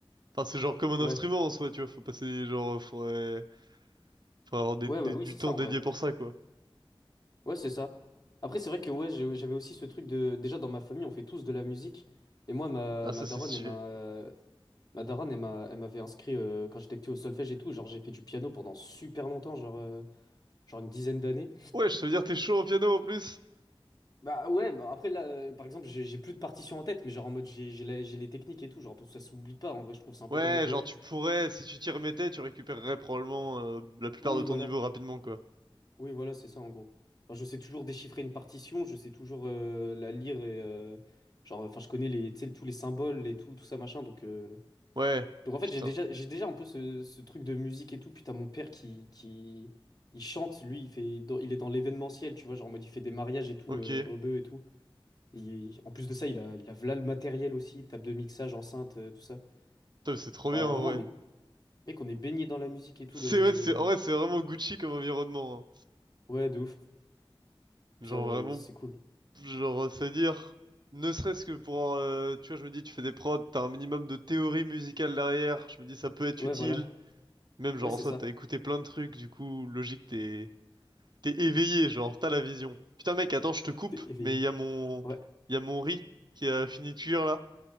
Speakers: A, on the right; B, on the left.
A: enfin c'est genre comme un
B: Ouais,
A: instrument en soi tu vois faut passer genre faudrait, faudrait avoir des-
B: ouais,
A: des-
B: bah oui,
A: du
B: c'est
A: temps
B: ça en
A: dédié
B: vrai.
A: pour ça quoi
B: Ouais, c'est ça. Après, c'est vrai que ouais, j'ai- j'avais aussi ce truc de. Déjà, dans ma famille, on fait tous de la musique. Et moi, ma,
A: ah
B: ma
A: ça
B: daronne,
A: c'est stylé
B: elle m'a, ma daronne, elle m'a- elle m'avait inscrit euh, quand j'étais petit au solfège et tout. Genre, j'ai fait du piano pendant super longtemps, genre, euh, genre une dizaine d'années.
A: ouais je veux dire que t'es chaud au piano en plus
B: Bah ouais, bah après, là, euh, par exemple, j'ai j'ai plus de partition en tête, mais genre en mode, j'ai j'ai la- j'ai les techniques et tout. Genre, ça s'oublie pas en vrai, je trouve. C'est un peu
A: ouais
B: comme le vélo.
A: genre tu pourrais si tu t'y remettais tu récupérerais probablement euh, la plupart
B: Oui,
A: de ton
B: voilà.
A: niveau rapidement quoi
B: Oui, voilà, c'est ça en gros. Enfin, je sais toujours déchiffrer une partition, je sais toujours euh, la lire et euh, genre, enfin, je connais les, tu sais, tous les symboles et tout, tout ça machin. Donc, euh,
A: ouais
B: donc en fait,
A: putain
B: j'ai déjà, j'ai déjà un peu ce, ce truc de musique et tout. Putain, mon père qui, qui, il chante, lui, il fait, dans- il est dans l'événementiel, tu vois, genre, en mode, il fait des mariages et tout,
A: ok
B: euh, rebeu et tout. Et en plus de ça, il a, il a v'là le matériel aussi, table de mixage, enceinte, euh, tout ça.
A: Top, c'est trop
B: Genre,
A: bien en
B: vraiment,
A: vrai
B: on est, mec, on est baigné dans la musique et tout,
A: c'est
B: de,
A: ouais c'est en
B: donc,
A: vrai c'est vraiment Gucci comme environnement hein.
B: ouais, de ouf.
A: Genre
B: Ça,
A: vraiment
B: c'est cool.
A: Genre, se dire, ne serait-ce que pour, euh, tu vois, je me dis, tu fais des prods, t'as un minimum de théorie musicale derrière, je me dis, ça peut être
B: Ouais,
A: utile.
B: voilà.
A: Même, genre,
B: Ouais, c'est
A: en soi,
B: ça.
A: t'as écouté plein de trucs, du coup, logique, t'es, t'es éveillé, genre, t'as la vision. Putain, mec, attends, je te coupe,
B: T'es éveillé.
A: mais il y a mon,
B: Ouais,
A: il y a mon riz qui a fini de cuire, là.